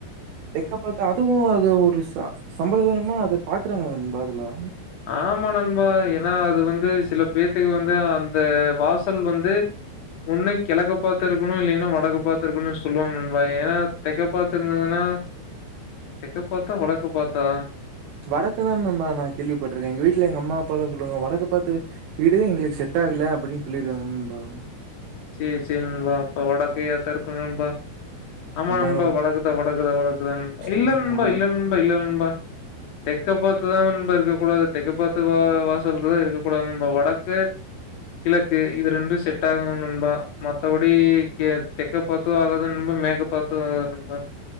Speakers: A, on the right (about 75°); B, on the left (about 65°).
A: தெக்க பாத்த அதுவு அது ஒரு ச சம்பிரதாயமா அது பாக்குறாங்களா நண்பா அதலா
B: ஆமா நண்பா ஏன்னா அது வந்து சில பேத்துக்கு வந்து அந்த வாசல் வந்து ஒண்ணு கெழக்க பாத்து இருக்கணு இல்லேனா வடக்க பாத்து இருக்கணு சொல்லுவாங்க நண்பா ஏன்னா தெக்க பாத்து இருந்ததுன்னா தெக்க பாத்தா வடக்க பாத்தா
A: வடக்கதா நண்பா நா கேள்விப்பட்டிருக்கே எங்க வீட்டுல எங்க அம்மா அப்பால்லா சொல்லுவாங்க வடக்க பாத்து வீடுதா எங்களுக்கு செட் ஆகல அப்டின்னு சொல்லிருவாங்க நண்பா
B: சேரி சேரி நண்பா அப்ப வடக்கையாதா இருக்கு நண்பா ஆமா
A: அதா
B: நண்பா வடக்குத்தா வடக்குதா வடக்குதா நண்பா
A: ம்
B: இல்ல நண்பா
A: அது
B: இல்ல நண்பா இல்ல நண் தெக்க பாத்துதா நண்பா இருக்கக்கூடாது தெக்க பாத்த வாசல்தா இருக்கக்கூடாது நண்பா வடக்கு கிழக்கு இது ரெண்டு செட் ஆகு நண்பா பா மத்தபடிக்க தெக்க பாத்து ஆகாது நண்பா மேக்க பாத்து ஆகாது நண்பா